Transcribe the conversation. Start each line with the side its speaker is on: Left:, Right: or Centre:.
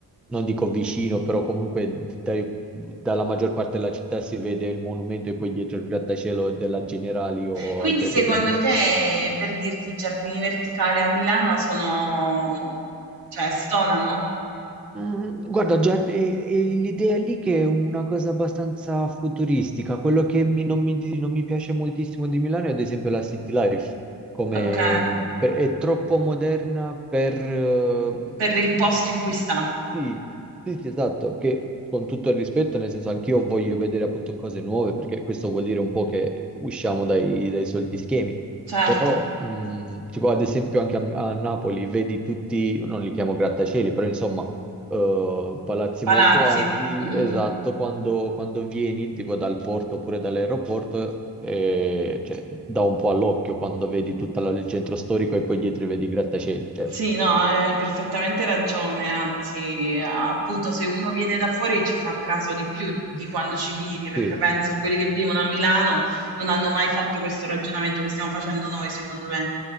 Centre: non dico vicino, però comunque dai- dalla maggior parte della città si vede il monumento e poi dietro il grattacielo della Generali o
Right: Quindi
Centre: altre
Right: secondo
Centre: cose. a Milano.
Right: te, per dirti, i giardini verticali a Milano sono, cioè, stonano?
Centre: Mm, Guarda, già eh, eh, l'idea lì che è una cosa abbastanza futuristica, quello che mi- non mi, di- non mi piace moltissimo di Milano è ad esempio la City Life, come,
Right: Ok,
Centre: mm, per- è troppo moderna per... eh,
Right: per
Centre: mm,
Right: il posto
Centre: s-
Right: in cui sta,
Centre: sì, sì, sì, esatto, che con tutto il rispetto, nel senso anch'io voglio vedere appunto cose nuove, perché questo vuol dire un po' che usciamo dai, dai soliti schemi.
Right: certo,
Centre: Però, mh, tipo ad esempio anche a, a Napoli, vedi tutti, non li chiamo grattacieli, però insomma, eh, palazzi
Right: palazzi.
Centre: molto alti,
Right: Mm, mm.
Centre: esatto, quando, quando vieni tipo dal porto oppure dall'aeroporto, eh, cioè, dà un po' all'occhio quando vedi tutto il centro storico e poi dietro vedi i grattacieli. Cioè.
Right: Sì, no, hai perfettamente ragione, anzi, appunto, se uno viene da fuori ci fa caso di più di quando ci vivi, perché
Centre: Sì,
Right: penso a quelli che vivono a Milano non hanno mai fatto questo ragionamento che stiamo facendo noi, secondo me.